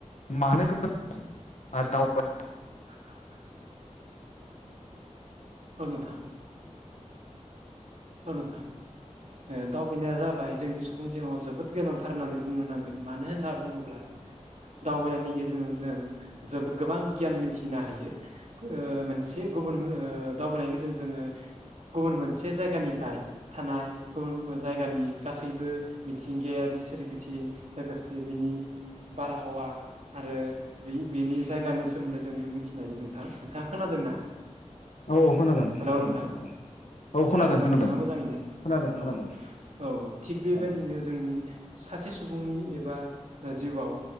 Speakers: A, on the left (about 75°); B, on the right (about 70°).
A: मानो गोनां आर दावबाय
B: <unintelligible> औ नोंथां। ओ नोंथां। ओ दावबायनाया जाबाय जोंनि सुबुंनि जिउआव जोबोद गोनांथार होननानै बुंनो नांगोन। मानो होनना बुङोब्ला दावबायनायनि गेजेरजों जों जोबो गोबां गियान मिथिनो हायो। ओ मोनसे गुबुन ओ दावबायनायनि गेजेरजों जोङो गुबुन मोनसे जाय गानिफाय थानाय गुबुन उन जायगानि गासैबो मिथिंगायारि सोरबिथिं लोगोसे बिनि बारहावा आरो बि बेनि जायगानि सोमोन्दै जोंङो मिथिनो हायो नोंथां। नोंथाङा खोनादोंना?
A: औ औ खोनादों
B: हेलौ
A: खोनादों
B: नोंथां
A: औ।
B: खोनादोंना
A: खोनादों खोनादों
B: नोंथाङा मोजाङैनो?
A: खोनादों
B: औ
A: खोनादों
B: औ थिग
A: खोनादों
B: बेबायदिनो जोंनि सासे सुबुंनि एबा जिउआव